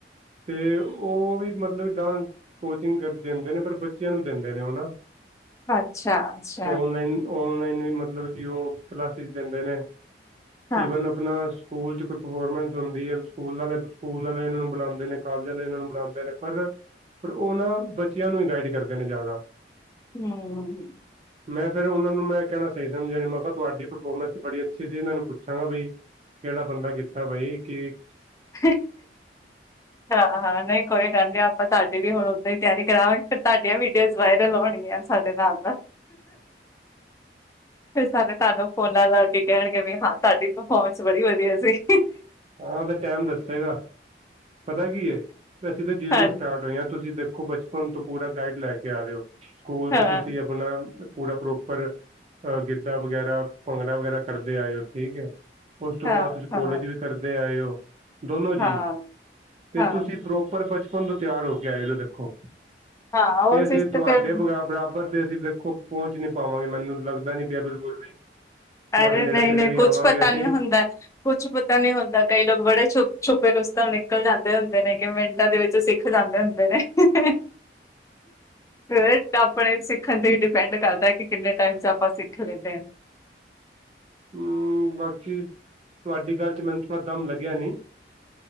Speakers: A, on the right; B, on the left.
A: ਅਤੇ ਉਹ ਵੀ ਮਤਲਬ ਡਾਂਸ ਕੋਚਿੰਗ ਦਿੰਦੇ ਨੇ ਪਰ ਬੱਚਿਆਂ ਨੂੰ ਦਿੰਦੇ ਨੇ ਉਹ ਨਾ
B: ਅੱਛਾ ਅੱਛਾ,
A: <unintelligible> ਔਲਾਈਨ ਵੀ ਮਤਲਬ ਕੀ ਉਹ ਕਲਾਸਿਸ ਦਿੰਦੇ ਨੇ
B: ਹਾਂ
A: ਇਵਨ ਆਪਣਾ ਸਕੂਲ ਚ ਕੋਈ ਪਰਫੋਰਮੈਂਸ ਹੁੰਦੀ ਐ ਸਕੂਲ ਵਾਲੇ ਸਕੂਲ ਵਾਲੇ ਇਹਨਾਂ ਨੂੰ ਬੁਲਾਦੇ ਨੇ ਕਾਲਜ ਵਾਲੇ ਇਹਨਾਂ ਨੂੰ ਬੁਲਾਦੇ ਨੇ। ਪਰ ਪਰ ਉਹ ਨਾ ਬੱਚਿਆਂ ਨੂੰ ਗਾਈਡ ਕਰਦੇ ਨੇ ਜ਼ਿਆਦਾ।
B: ਹੂੰ,
A: ਮੈਂ ਫਿਰ ਉਹਨਾਂ ਨੂੰ ਮੈਂ ਕਹਿਣਾ ਸਹੀ ਸਮਝਿਆ ਮੈਂ ਕਿਹਾ ਤੁਹਾਡੀ ਪਰਫੋਰਮੈਂਸ ਤਾਂ ਬੜੀ ਅੱਛੀ ਸੀ ਇਹਨਾਂ ਨੂੰ ਪੁੱਛਾਂਗਾ ਬਈ। ਕਿਹੜਾ ਬੰਦਾ ਕੀਤਾ ਬਾਈ ਕਿ
B: <inaudible> ਹਾਂ ਹਾਂ ਨਈ ਕੋਈ ਗੱਲ ਨੀ ਆਪਾਂ ਤੁਹਾਡੀ ਵੀ ਹੁਣ ਓਦਾਂ ਈ ਤਿਆਰੀ ਕਰਾਵਾਂਗੇ ਫੇਰ ਤੁਹਾਡੀਆਂ ਵੀਡੀਓਜ਼ ਵਾਇਰਲ ਹੋਣਗੀਆਂ। ਸਾਡੇ ਨਾਲ ਦਾ, ਫਿਰ ਸ ਸਾਨੂੰ ਫੋਨਾਂ ਲਾ ਕੇ ਕਹਿਣਗੇ ਵੀ ਹਾਂ ਤਹਾਡੀ ਪਰਫੋਰਮੈਂਸ ਬੜੀ ਵਧੀਆ ਸੀ।
A: ਹਾਂ ਉਹ ਤੇ ਟੈਮ ਦੱਸੇਗਾ ਪਤਾ ਕੀ ਏ ਅਸੀਂ ਤਾਂ ਜੀਰੋ
B: ਹਾਂ
A: ਸਟਾਰਟ <unintelligible> ਤੁਸੀਂ ਦੇਖੋ ਬਚਪਨ ਤੋਂ ਪੂਰਾ ਗਾਈਡ ਲੈ ਕੇ ਆ ਰਹੇ ਹੋ ਸਕੂਲ
B: ਹਾਂ
A: ਚ ਤੁਸੀਂ ਹੁਣ ਅ ਪੂਰਾ ਪ੍ਰੋਪਰ ਅ ਗਿੱਧਾ ਵਗੈਰਾ ਭੰਗੜਾ ਵਗੈਰਾ ਕਰਦੇ ਆਏ ਔ ਠੀਕ ਐ। ਉਸ ਤੋਂ
B: ਹਾਂ
A: ਬਾਦ ਤੁਸੀਂ ਕੋਲਜ
B: ਹਾਂ
A: ਵੀ ਕਰਦੇ ਆਏ ਓ ਦੋਨੋ
B: ਹਾਂ,
A: ਜੀ, ਤੇ
B: ਹਾਂ,
A: ਤੁਸੀਂ ਪ੍ਰੋਪਰ ਬਚਪਨ ਤੋਂ ਤਿਆਰ ਹੋ ਕੇ ਆਏ ਨੇ ਦੇਖੋ
B: ਹਾਂ ਉਹ
A: ਤੇ ਅਸੀਂ
B: ਚੀਜ਼
A: ਤੁਹਾਡੇ
B: ਤਾਂ ਫਿਰ
A: ਵਗਾ ਬਰਾਬਰ ਤੇ ਅਸੀਂ ਦੇਖੋ ਪਹੁੰਚ ਨੀ ਪਾਵਾਂਗੇ ਮੈਨੂੰ ਲੱਗਦਾ ਨੀ ਪਿਆ ਬਿਲਕੁਲ ਵੀ ਤੁਹਾਡੇ
B: ਅਰੇ
A: ਨੇੜੇ
B: ਨਈ
A: ਤੇੜੇ
B: ਨਈ
A: ਵੀ
B: ਕੁੱਛ
A: ਆਵਾਂਗੇ
B: ਪਤਾ
A: ਅਸੀਂ
B: ਨੀ ਹੁੰਦਾ। ਕੁਛ ਪਤਾ ਨੀ ਹੁੰਦਾ ਕਈ ਲੋਕ ਬੜੇ ਛੋ ਛੁਪੇ ਰਸਤਮ ਨਿਕਲ ਜਾਂਦੇ ਹੁੰਦੇ ਨੇ ਕਿ ਮਿੰਟਾਂ ਦੇ ਵਿੱਚ ਸਿੱਖ ਸਿਖ ਜਾਦੇ ਹੁਦੇ ਨੇ, ਫਿਰ ਆਪਣੇ ਸਿੱਖਣ ਤੇ ਪਿੰਡ ਕਰਦਾ ਕਿ ਕਿੰਨੇ ਟਾਈਮ ਚ ਆਪਾਂ ਸਿੱਖ ਲੈਂਨੇ ਆ।
A: ਹੂੰ ਬਾਕੀ, ਤੁਹਾਡੀ ਗੱਲ 'ਚ ਮੈਨੂੰ ਥੋੜਾ ਦਮ ਲੱਗਿਆ ਨੀ।